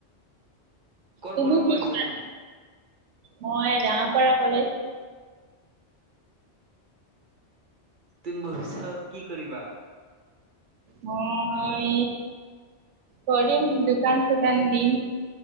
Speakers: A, on the right (about 55°); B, on the right (about 85°).
A: কৰ
B: তুমি
A: পৰা পৰিছা
B: কি <unintelligible>
A: তুমি?
B: মই ৰঙাপাৰা কলেজ।
A: তুমি <unintelligible> কি কৰিবা?
B: মই কৰিম দোকান চোকান দিম।